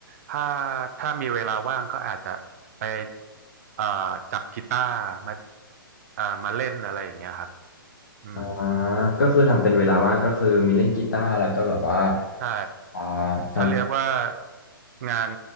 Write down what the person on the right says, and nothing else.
ถ้าถ้ามีเวลาว่างก็อาจจะไปเอ่อจับกีตาร์มาเอ่อมาเล่นอะไรอย่างเงี้ยครับอืม
ใช่
ถ้าเรียกว่างาน